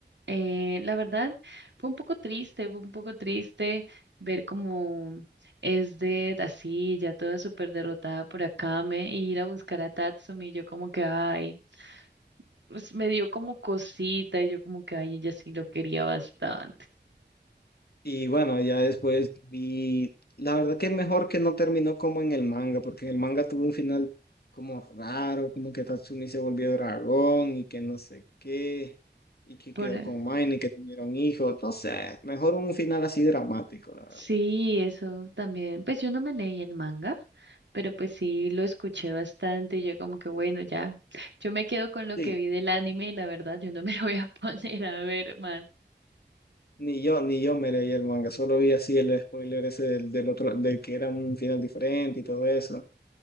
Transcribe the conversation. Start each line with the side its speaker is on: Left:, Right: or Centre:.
Right: Eh, la verdad, fue un poco triste, fue un poco triste ver cómo es de así, ya toda súper derrotada por Akame, y ir a buscar a Tatsumi, y yo como que, ay, pues me dio como cosita, y yo como que, ay, ella sí lo quería bastante.
Left: Y bueno, ya después vi, la verdad que mejor que no terminó como en el manga, porque en el manga tuvo un final como raro, como que Tatsumi se volvió dragón y que no sé qué, y que
Right: Por,
Left: quedó
Right: eh,
Left: con Mine y que tuvieron hijos, no sé, mejor un final así dramático, la verdad.
Right: sí, eso también. Pues yo no me leí el manga, pero pues sí lo escuché bastante, y yo como que, bueno, ya. Yo me quedo con lo
Left: Sí,
Right: que vi del anime y la verdad yo no me <laughs> voy a poner
Left: sí.
Right: a ver más.
Left: Ni yo, ni yo me leí el manga, solo vi así el spoiler ese del, del otro, de que era un final diferente y todo eso.